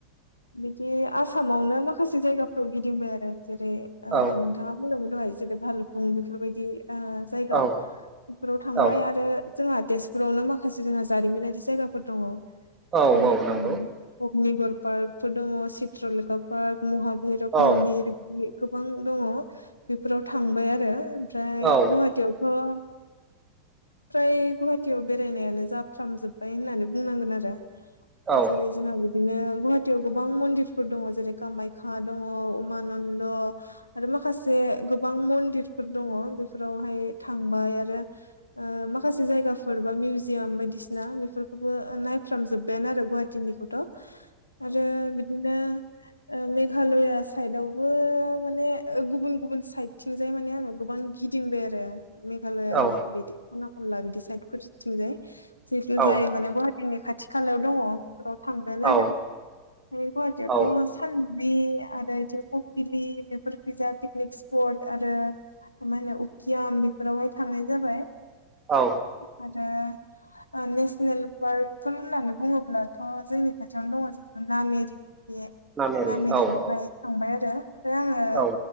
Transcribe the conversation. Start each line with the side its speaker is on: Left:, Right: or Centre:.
Left: बिदि आसामावनो माखासे जायगाफ्राव गिदिंबाय आरो जेरै ओ
Right: औ
Left: नोंथाङा बुंदोंमोन दहाय जेरै भालु बुं बेफोरबायदि ओ जायगा
Right: औ
Left: बेफोराव थांबाय
Right: औ
Left: आरो जोंहा तेजपुरावनो माखासे जों जारिमिनारि जायगाफोर दङ
Right: औ
Left: जेरै
Right: औ नंगौ
Left: ओ अग्निगर पार्कफोर दङ चित्रलेखा पार्क महाभैरब
Right: औ
Left: मन्दिर दि गोबां दङ बेफोराव थांबाय आरो। ओमफ्राय
Right: औ
Left: गुवाहाटियावथ फ्राय गुवाहाटियाव बेरायनायानो जा खामजोबबाय होननानै बुंनांगोन आरो
Right: औ
Left: जेरै जोंहा बिदिनो गुवाहाटियाव गोबां मन्दिरफोर दङ जेरै कामाख्या दङ उमानन्द आरो माखासे गोबां मन्दिरफोर दङ बेफोरावहाय थांबाय आरो'- ओ माखासे जायगाफोर बा मिउजियाम बायदिसि ना बेफोरखौबो नायफ्रामजोब्बायानो आरो गुवाहाटिनिखौथ। आरो बिदिनो ओ मेघालया साइदावबो माने ओ गुबुन गुबुन साइदथिंजाय माने आङो गोबां गिदिंबाय आरो मे मेघालयानि
Right: औ
Left: बिदि खना खनला बिदि साइदफोर थिंजाय जिथ
Right: औ
Left: जायो माने गहा जोंनि खाथि खालायाव दङ बेफोराव थांगोन
Right: औ
Left: आरो गुवाहाटियावथ
Right: औ
Left: थालबि आरो इथिं कपिलि बेफोर फैजा पिकनिक स्पट आरो मा होनो उकियाम बेफोरावहाय थांनाय जाबाय।
Right: औ।
Left: आरो नेसनेल पार्कफोर होननानै बुङोब्लाथ' जोंनि खाथियावनो दंङ जेहेथु नामेरि बे
Right: नामेरि
Left: नामेरियावहाय
Right: औ औ
Left: थांबाय आरो। आङो
Right: औ।